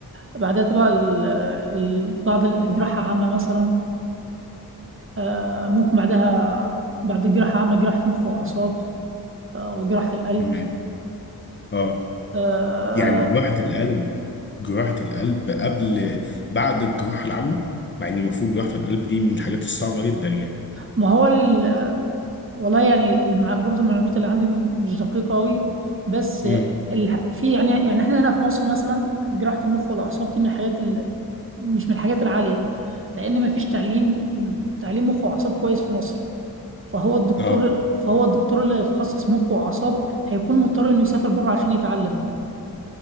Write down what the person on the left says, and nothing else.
تمام اه
يعني جراحة القلب جراحة القلب قبل بعد الجراحة العامة مع ان المفروض جراحة القلب دي من الحاجات الصعبة جدا يعني
امم
اه